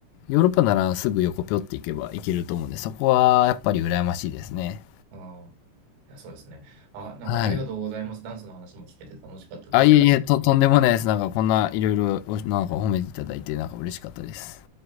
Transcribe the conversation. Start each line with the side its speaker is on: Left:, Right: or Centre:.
Left: ヨーロッパならすぐ横ぴょって行けば行けると思うんで、そこはやっぱり羨ましいですね。
Right: うん。ああ、いやそうですね。あ、なんかありがとうございます。
Left: はい。
Right: ダンスの話も聞けて楽しかったです。
Left: あ、いえいえ、と、とんでもないです。なんかこんないろいろ、なんか褒めていただいて、なんか嬉しかったです。